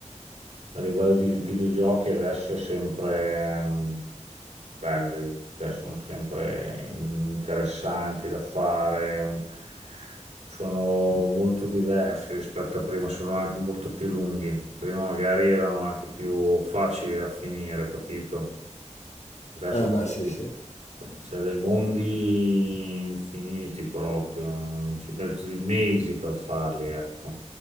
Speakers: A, on the right; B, on the left.
A: a livello di videogiochi adesso è sempre mh, belli, cioè sono sempre interessanti da fare, sono molto diversi rispetto a prima, sono anche molto più lunghi. Prima magari erano anche più facili da finire, capito? Adesso
B: Eh
A: c'è
B: beh, sì,
A: di-
B: sì.
A: c'è dei mondi infiniti proprio, ci metti mesi per farli, ecco.